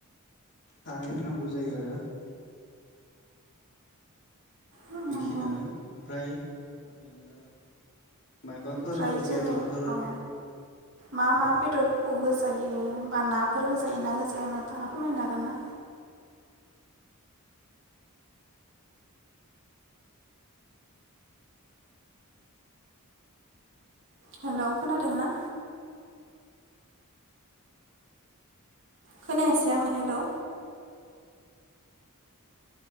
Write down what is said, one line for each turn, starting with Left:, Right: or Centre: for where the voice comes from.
Left: खारै होनांगौ जायो आरो।
Right: औ
Left: बेखिनियानो
Right: नंगौ
Left: ओमफ्राय ओरैनो मायबाफोर
Right: ओमफ्राय जेने
Left: बेदरफोर
Right: औ मा मा बेदरफोरखौ होजायो बा नाफोर होजायो ना होजाया नोंथाङा फोरमायनो हागोन ना? हेलौ खोनादों ना? खोनायासै आं हेलौ।